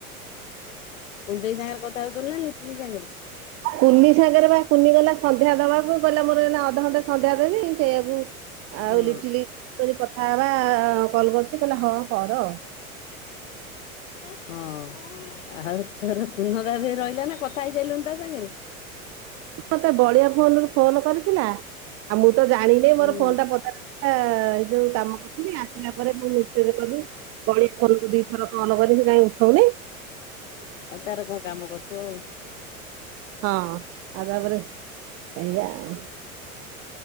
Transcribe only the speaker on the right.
କୁନି ସାଙ୍ଗରେ ପା କୁନି ଗଲା ସନ୍ଧ୍ୟା ଦବାକୁ କହିଲା ମୋର ଏଇନା ଅଧଘଣ୍ଟେ ସନ୍ଧ୍ୟା ଦେବି ସେଇଆକୁ
ଆଉ ଲିଟିଲିକି କହିଲି କଥା ହବା କଲ କରୁଚି କହିଲା ହଁ କର।
ମତେ ବଳିଆ ଫୋନରୁ ଫୋନ କରିଥିଲା ଆଉ ମୁଁ ତ ଜାଣିନେଇ
ମୋର ଫୋନଟା ପଦାରେ ଥିଲା ଏଇ ଯୋଉ କାମ କରୁଥିଲି ଆସିଲା ପରେ ମୁଁ ମିସେଜ କଲି। କଳି ଫୋନକୁ ଦିଇଥର ଫୋନ କଲି ସେ କାଇଁ ଉଠୋଉନେଇ।
ହଁ ଆଉ ତାପରେ ଏଇଆ ଆଉ।